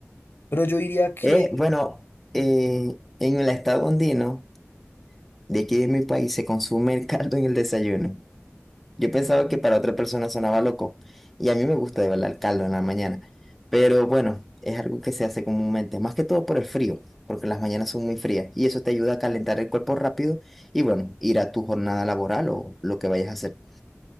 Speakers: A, on the left; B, in the centre.
A: Pero yo diría que,
B: Eh, bueno, eh, en el estado andino. De aquí de mi país se consume el caldo en el desayuno. Yo pensaba que para otra persona sonaba loco, y a mí me gusta de verdad el caldo en la mañana. Pero bueno, es algo que se hace comúnmente, más que todo por el frío, porque las mañanas son muy frías, y eso te ayuda a calentar el cuerpo rápido y bueno, ir a tu jornada laboral o lo que vayas a hacer.